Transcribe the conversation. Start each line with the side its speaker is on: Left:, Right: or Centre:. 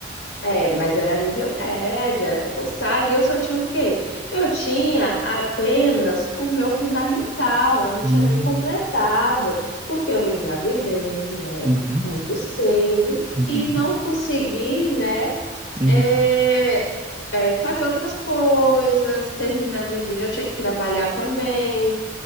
Left: É, mas era nível médio, era concursado, e eu só tinha o quê? Eu tinha apenas o meu fundamental, eu não
Right: Hum,
Left: tinha nem completado, porque eu engravidei, né,
Right: Uhum,
Left: muito cedo,
Right: uhum,
Left: e não consegui, né,
Right: uhum.
Left: é, é, fazer outras coisas, terminar meu nível, eu tinha que trabalhar também.